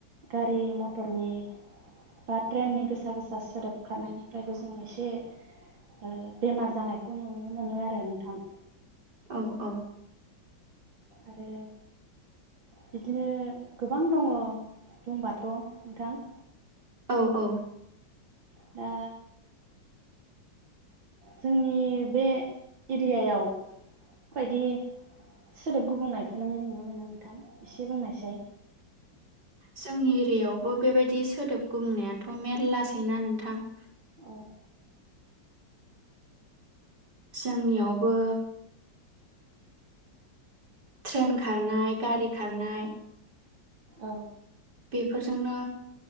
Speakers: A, on the right (about 85°); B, on the right (about 60°).
A: गारि मटरनि बा ट्रेननि गोसा गोसा सोदोब खारनायनिफ्रायबो जों एसे ओ बेमार जानायखौ नुनो मोनो आरो नोंथां।
B: औ औ
A: आरो बिदिनो गोबां दङ बुंबाथ' नोंथां
B: औ औ
A: दा जोंनि बे एरियायाव बायदि सोदोब गुबुंनायखौ नों नुनो मोनो नोंथां एसे बुंनायसै
B: जोंनि एरियायावबो बेबायदि सोदोब गुबुंनायाथ' मेरलासैना नोंथां?
A: औ
B: जोंनियावबो ट्रेन खारनाय, गारि खारनाय
A: औ
B: बेफोरजोंनो